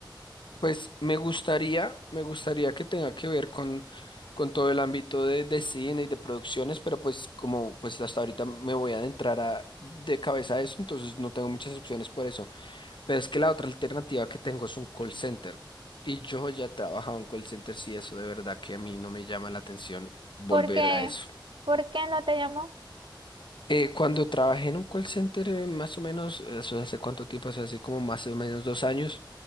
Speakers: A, on the left; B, on the right.
A: Pues me gustaría, me gustaría que tenga que ver con, con todo el ámbito de, de cine y de producciones, pero pues como pues hasta ahorita me voy a adentrar a- de cabeza a eso, entonces no tengo muchas opciones por eso. Pero es que la otra alternativa que tengo es un call center. Y yo ya he trabajado en call centers y eso de verdad que a mí no me llama la atención volver
B: ¿Por qué?
A: a eso.
B: ¿Por qué no te llamó?
A: Eh, cuando trabajé en un call center, eh, más o menos, eso hace cuánto tiempo, eso hace como más o menos dos años.